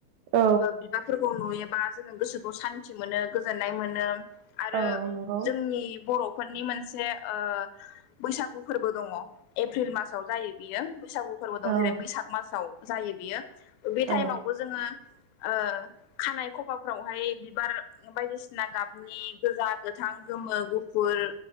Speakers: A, on the right; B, on the left.
A: औ
B: बिबार फोरखौ नुयोबा जोङो गोसोखौ सान्थि मोनो गोजोननाय मोनो। आरो
A: औ नंगौ
B: जोंनि बर' फोरनि मोनसे ओ बैसागु फोरबो दङ एप्रिल मासाव जायो बियो बैसागु फोरबो
A: औ
B: दं जेरै बैसाग मासाव जायो बियो बे टाइमावबो
A: औ
B: जोङो ओ खानाय खफाफ्रावहाय बिबार बायदिसिना गाबनि गोजा गोथां गोमो गुफुर